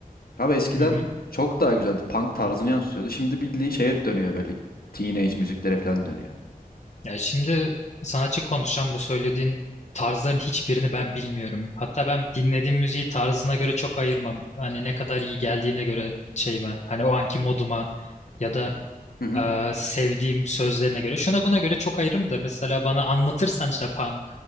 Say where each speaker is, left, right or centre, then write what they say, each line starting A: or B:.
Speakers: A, on the left; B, on the left.
A: Abi eskiden
B: Hı hı.
A: çok daha güzeldi. Punk tarzını yansıtıyordu. Şimdi bildiğin şeye dönüyor böyle teenage müziklere falan dönüyor.
B: Ya şimdi sanatçı konuşacağım bu söylediğin tarzların hiçbirini ben bilmiyorum. Hatta ben dinlediğim müziği tarzına göre çok ayırmam. Hani ne kadar iyi geldiğine göre şeyime, hani o anki moduma ya da
A: Hı hı.
B: Ee, sevdiğim sözlerine göre. Şuna buna göre çok ayırırım da mesela bana anlatırsan işte punk,